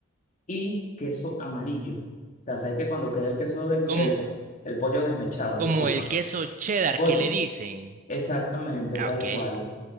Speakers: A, on the left (about 40°); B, on the right (about 40°).
A: y queso amarillo. O sea, sabes que cuando queda el queso, desme-
B: Como,
A: el, po- el pollo desmechado,
B: como
A: disculpa.
B: el queso cheddar
A: Pollo.
B: que le dicen.
A: Exactamente,
B: Ah,
A: tal
B: ok.
A: cual.